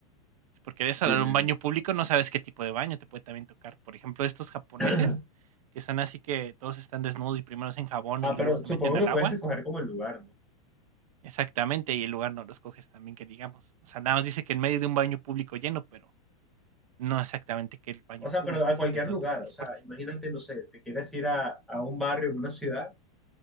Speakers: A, on the right; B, in the centre.
A: Si Porque eres
B: Sí,
A: a
B: sí,
A: un baño
B: sí.
A: público, no sabes qué tipo de baño te puede también tocar. Por ejemplo, estos japoneses,
B: <clears throat>
A: que son así que todos están desnudos y primero se enjabonan
B: Ah,
A: y luego
B: pero
A: se
B: supongo
A: meten al
B: que
A: agua.
B: puedes escoger como el lugar, ¿no?
A: Exactamente, y el lugar no los coges también, que digamos. O sea, nada más dice que en medio de un baño público lleno, pero no exactamente que el baño
B: O sea,
A: público,
B: pero a
A: o sea,
B: cualquier
A: que es donde
B: lugar.
A: te transportes.
B: O sea, imagínate, no sé, te quieres ir a, a un barrio, una ciudad,